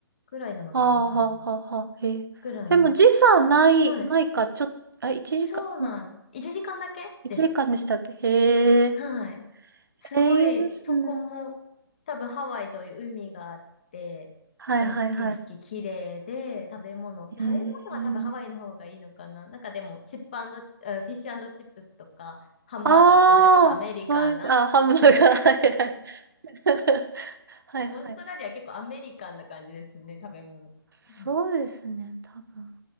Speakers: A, on the left; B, on the right.
A: ぐらいなのかな、
B: はあはあはあはあ、
A: 多分。
B: へえ。
A: ぐらいの。
B: でも時差ない、
A: なんか、はい。
B: ないか、ちょっと、あ、1時間、
A: そうなん。
B: ん
A: 1時間だけです。
B: 1時間でしたっけへえ、
A: はい。すごい、
B: え、いいですね。
A: そこも、多分ハワイという海があって、
B: はいはいはい。
A: なんか景色綺麗で、食べ物、
B: へえ。
A: 食べ物は多分ハワイの方がいいのかな。なんかでも、チップアンド、えーフィッシュチップスとか、ハンバーガーとか、
B: ああ、
A: なんかちょっとアメリカンな。
B: そういう、あ、ハンバーガー、
A: <laughs>
B: <laughs> はいはい。
A: オーストラリア結構アメリカンな感じですね、
B: <laughs> はいはい。
A: 食べ物。
B: そうですね、
A: うん。
B: 多分。